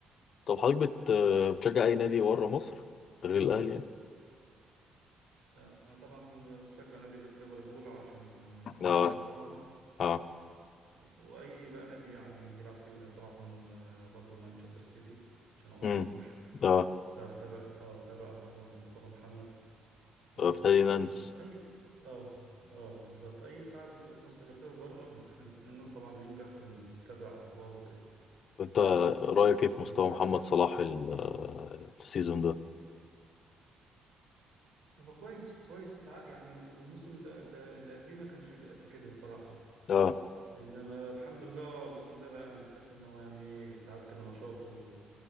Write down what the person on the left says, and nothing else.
طب حضرتك بت- بتشجع اي نادي بره مصر غير الاهلي يعني؟
اه
اه
امم
ده
فيرتينانز
وانت رايك ايه في
مستوى محمد
صلاح ال- آه، السيزون ده
اه